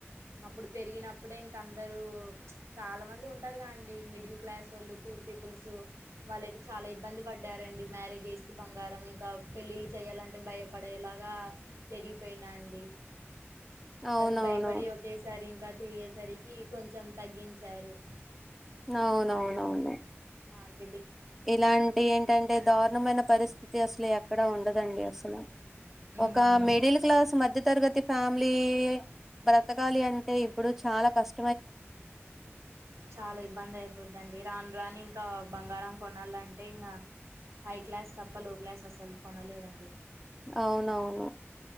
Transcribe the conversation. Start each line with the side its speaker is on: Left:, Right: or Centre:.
Right: అప్పుడు పెరిగినప్పుడే ఇంకా అం అందరు ప్చ్ చాలా మంది ఉంటారుగా అండి మిడిల్ క్లాస్ ఓళ్ళు పూర్ పీపుల్సు వాళ్ళయితే చాలా ఇబ్బంది పడ్డారండి మ్యారేజేస్ కి బంగారం ఇంకా పెళ్ళిళ్ళు చెయాలంటే భయపడేలాగా పెరిగిపోయిన అండి అందరు
Centre: అవునవును
Right: భయపడి ఒకేసారి ఇం కా తిరిగేసరికి కొంచెం తగ్గించారు
Centre: అవునవునవును
Right: మారీ
Centre: ఇలాంటి ఏంటంటే దారుణమైన పరిస్థితి అసల్ ఏ క్కడ ఉండదండి అసలు
Right: ఉమ్
Centre: ఒక మిడిల్ క్లాస్ మ మధ్య తరగతి ఫ్యామిలీ బ్రతకాలి అంటే ఇప్పుడు చాలా కష్
Right: చాలా ఇబ్బంది అయిపొద్దండి రాను రాను ఇం కా బంగారం కొనాలంటే ఇంగా హై క్లాస్ తప్ప లో క్లాస్ అసలు కొనలేరండి.
Centre: అవును అవును